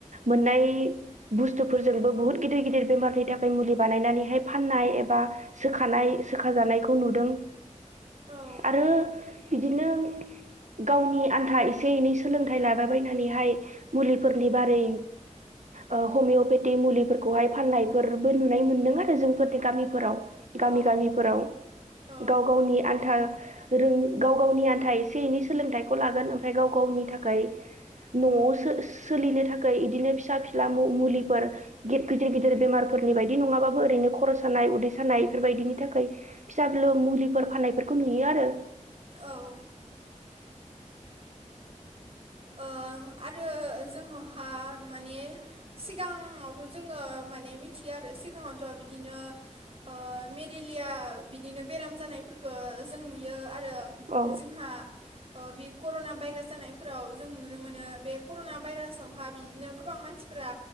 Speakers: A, on the right; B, on the right.
A: मोननाय बुस्थुफोरजोंबो बुहुत गिदिर गिद- दिर बेमारनि थाखाय मुलि बानायनानैहाय फाननाय एबा सोखानाय सोखाजानायखौ नुदों
B: औ
A: आरो बिदिनो गावनि आन्था एसे एनै सोलोंथाइ लाबायबायायनानैहाय मुलिफोरनि बारै ओ हमिय'पेथि मुलिफोरखौहाय फाननायफोरबो नुनाय मोन्दों आरो जोंफोरनि गामिफोराव गामि
B: औ
A: गामिफोराव
B: औ
A: गाव गावनि आन्था रों गाव गावनि आन्था एसे एनै सोलोंथाइखौ लागोन ओमफ्राय गाव गावनि थाखाय न'आव सो-सोलिनो थाखाय इदिनो फिसा फिला मु-मुलिफोर गेद- गिदिर गिदिर बेमारफोरनि बायदि नङाबाबो ओरैनो खर' सानाय उदै सानाय बेफोरबायदिनि थाखाय फिसा फिलौ मुलिफोर फाननायफोरखौ नुयो आरो
B: औ। ओ आरो जोंनावहा माने सिगाङावथ' जोङो माने मिथियो आरो सिगाङावथ' बिदिनो ओ मे- रिलिया बिदिनो बेराम जानायफोरखो जों नुयो आरो
A: औ
B: जोंहा ओ बे कर'ना भाइरास जानायफोराव जों नुनो मोनो बे कर'ना भाइरासाव ओहा बिदिनो गोबां मानसिफोरा